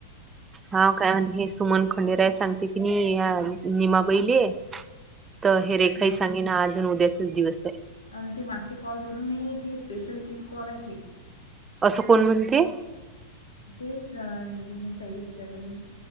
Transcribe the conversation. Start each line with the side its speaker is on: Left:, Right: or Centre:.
Right: हा काय म्ह हे सुमन पंडीराय सांगते की नाही निमाबैले तर हे रेखाही
Left: हा
Right: सांगेना अजून उद्याचाच दिवस आहे
Left: आणि ते मागचे कॉल धरून नाहीय ती स्पेशल तीस कॉल आहे ती
Right: असं कोण म्हणते
Left: तेच गुंजनच्यागली विचारलं मी